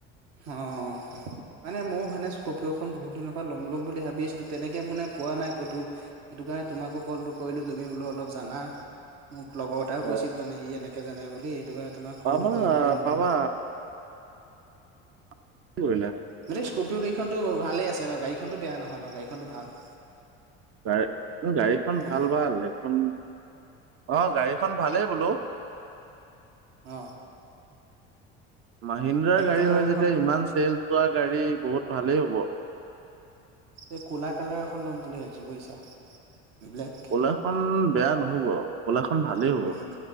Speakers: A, on the right (about 65°); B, on the right (about 50°).
A: অ', মানে মোৰ মানে স্ক্'ৰ্পিঅ'খন বহুত দিনৰ পৰা লম লম বুলি ভাবি আছিলো তেনেকে মানে পোৱা নাই ক'তো সেইটো কাৰণে তোমাকো কলটো কৰিলোঁ তুমি বোলো অলপ জানা মোক। লগৰ এটাও
B: অ
A: কৈছিল মানে ই এনেকে জানে বুলি সেইটো কাৰণে তোমাক কলটো
B: পাবা
A: কৰি সুধিলো
B: পাবা
A: ধৰ
B: কি কৰিলা?
A: মানে স্ক'ৰপিঅ' গাড়ীখনো ভালেই আছে ন গাড়ীখনতো বেয়া নহয় ন গাড়ীখনটো ভাল।
B: গা গাড়ীখন
A: হেল্ল'
B: ভাল ভাল এইখন অ', গাড়ীখন ভালেই বোলো।
A: অ'।
B: মাহিন্দ্ৰাৰ গাড়ী
A: কালাৰ
B: হয়
A: এখন
B: যেতিয়া ইমান চেল যোৱা গাড়ী বহুত ভালেই হ'ব।
A: এই ক'লা কালাৰ এখন ল'ম বুলি ভাবিছো বুজিছা। ব্লেক।
B: কলাখনন বেয়া নহ'ব। ক'লাখনন ভালেই
A: উম
B: হ'ব